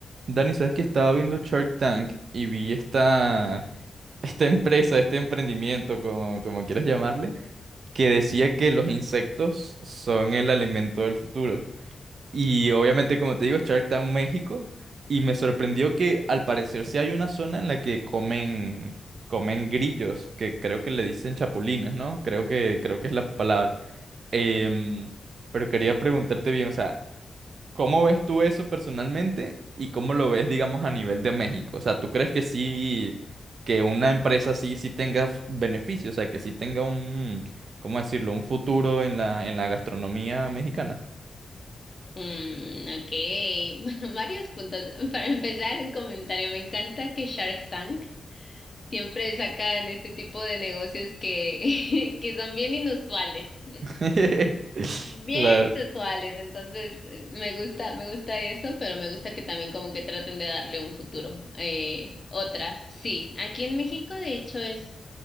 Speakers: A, on the right; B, on the left.
A: Dani, ¿sabes que estaba viendo Shark Tank y vi esta, <laughs> esta empresa, este emprendimiento, como, como quieras llamarle, que decía que los insectos son el alimento del futuro? Y obviamente, como te digo, Shark Tank México, y me sorprendió que al parecer sí hay una zona en la que comen, comen grillos, que creo que le dicen chapulines, ¿no? Creo que, creo que es la palabra. Em, pero quería preguntarte bien, o sea, ¿Cómo ves tú eso personalmente y cómo lo ves, digamos, a nivel de México? O sea, ¿tú crees que sí, que una empresa así sí tenga f- beneficios? O sea, que sí tenga un, ¿cómo decirlo? Un futuro en la, en la gastronomía mexicana.
B: Mm, ok, bueno, <laughs> varios puntos. Para empezar, un comentario. Me encanta que Shark Tank siempre sacan este tipo de negocios que, <laughs> que son bien inusuales,
A: <laughs>
B: bien
A: Claro.
B: inusuales. Entonces, eh, me gusta, me gusta eso, pero me gusta que también como que traten de darle un futuro. Eh, otra, sí, aquí en México de hecho es